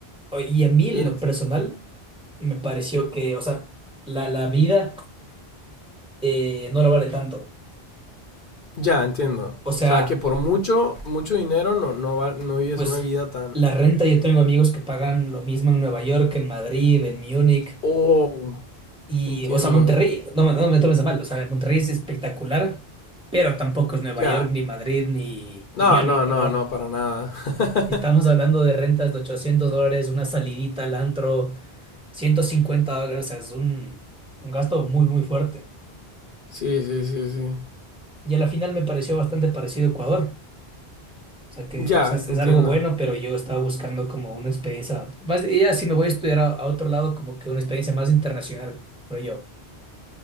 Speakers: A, in the centre; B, on the left (about 55°).
A: O- Y a mí en
B: Y ent-
A: lo personal me pareció que, o sea, la, la vida eh, no la vale tanto.
B: ya, entiendo.
A: O sea,
B: O sea, que por mucho, mucho dinero no, no, va- no vives
A: pues
B: una vida tan...
A: la renta, yo tengo amigos que pagan lo mismo en Nueva York, en Madrid, en Múnich
B: Oh,
A: y,
B: entiendo.
A: o sea, Monterrey, no, me- no me tomes a mal, o sea, Monterrey es espectacular, pero tampoco es Nueva
B: Ya.
A: York, ni Madrid, ni, ni
B: No,
A: Múnich,
B: no,
A: ¿verdad?
B: no, no, para nada. <laughs>
A: Estamos hablando de rentas de 800 dólares, una salidita al antro, 150 dólares, o sea, es un, un gasto muy, muy fuerte.
B: Sí, sí, sí, sí.
A: Y a la final me pareció bastante parecido a Ecuador. O sea, que
B: Ya,
A: o sea, es, es
B: entiendo.
A: algo bueno, pero yo estaba buscando como una experiencia, más, ya si me voy a estudiar a, a otro lado, como que una experiencia más internacional, creo yo.